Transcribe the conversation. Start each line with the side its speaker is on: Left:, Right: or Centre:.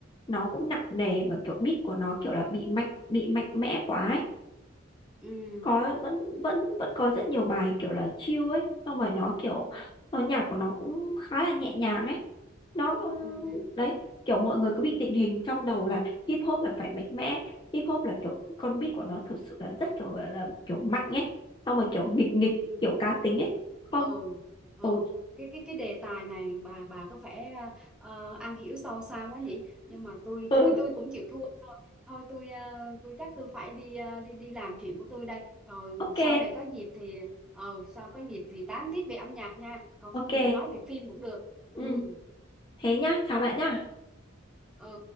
Left: nó cũng nặng nề và kiểu beat của nó kiểu là bị mạnh bị mạnh mẽ quá ấy
Centre: ừ
Left: có vẫn vẫn vẫn có rất nhiều bài kiểu là chill ấy xong rồi nó kiểu
Centre: ừ
Left: nó nhạc của nó cũng khá là nhẹ nhàng ấy nó
Centre: ừ
Left: đấy kiểu mọi người cứ bị định hình trong đầu là hip hop là phải mạnh mẽ hip hop là kiểu con beat của nó thực sự là rất kiểu là, là kiểu mạnh ấy xong rồi kiểu nghịch nghịch
Centre: ừ ừ ừ.
Left: kiểu cá tính ấy không
Centre: ừ ừ
Left: ồ
Centre: cái cái cái đề tài này bà bà có vẻ uh, am hiểu sâu xa quá nhỉ nhưng mà tôi
Left: ừ,
Centre: tôi tôi cũng chịu thua thôi tôi ờ, tôi chắc tôi phải đi ờ, đi đi làm chuyện của tôi đây rồi
Left: ok
Centre: sau này có dịp thì ờ sau có dịp thì tám tiếp về âm nhạc nha còn
Left: ok
Centre: không thì mình nói về phim cũng được
Left: Ừ,
Centre: ừ
Left: thế nhá, chào bạn nhá.
Centre: ừ